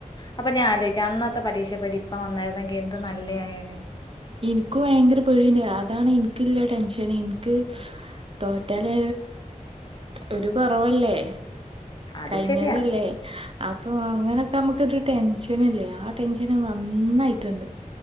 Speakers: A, on the left (about 30°); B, on the right (about 45°).
A: അപ്പം ഞാൻ ആലോചിക്കാ. അന്നത്തെ പരീക്ഷ പേടി ഇപ്പം വന്നായിരുന്നെങ്കിൽ എന്തു നല്ലാ യാനേ.
B: ഇൻക്കു വയങ്കര പേടിണ്ട്. അതാണ് ഇൻക്ക്ള്ള ടെൻഷന്. ഇൻക്ക്. തോറ്റാല്.... ഒരു കൊറവല്ലേ?
A: അത്
B: കഴിഞ്ഞതല്ലേ?
A: ശരിയാ
B: <unintelligible> അപ്പോ അങ്ങനൊക്കെ നമ്മക്കൊരു ടെൻഷനല്ലേ? ആ ടെൻഷന് നന്നാ... യിട്ടുണ്ട്.